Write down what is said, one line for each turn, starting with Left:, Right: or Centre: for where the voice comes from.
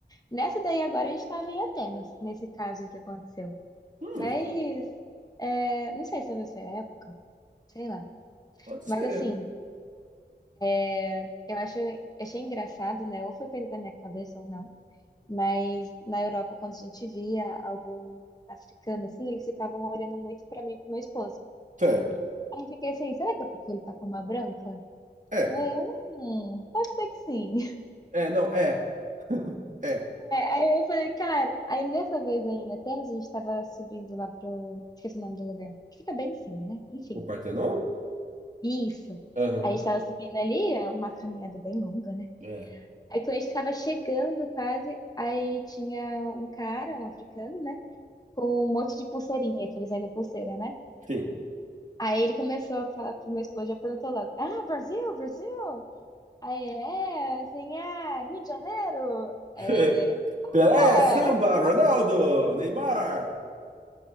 Left: Nessa daí agora a gente estava em Atenas, nesse caso aí que aconteceu.
Right: Hum,
Left: Mas é, não sei se talvez foi a época, sei lá.
Right: pode ser.
Left: Mas assim, é, eu acho, achei engraçado, né? Ou foi coisa da minha cabeça ou não. Mas na Europa, quando a gente via algum africano assim, eles ficavam olhando muito pra mim e pro meu esposo.
Right: Certo.
Left: Aí eu fiquei assim, será que é porque ele tá com uma branca?
Right: É,
Left: Eu, hum, pode ser que sim.
Right: é, não, é, é.
Left: Aí eu falei, cara, aí nessa vez aí em Atenas, a gente tava subindo lá pro. Esqueci o nome do lugar. que Fica bem em cima, né? Enfim.
Right: O Partenon?
Left: Isso.
Right: Aham,
Left: Aí a gente tava subindo ali, é uma caminhada bem longa, né?
Right: é,
Left: Aí quando a gente tava chegando quase, aí tinha um cara, um africano, né? Com um monte de pulseirinha, que eles vendem pulseira, né?
Right: sim.
Left: Aí ele começou a falar pro meu esposo, já perguntou logo: Ah, Brasil, Brasil! Aí, ele, é, assim, ah, Rio de Janeiro!
Right: <laughs>
Left: Aí, ele,
Right: Pelé,
Left: é.
Right: Samba, Ronaldo, Neymar,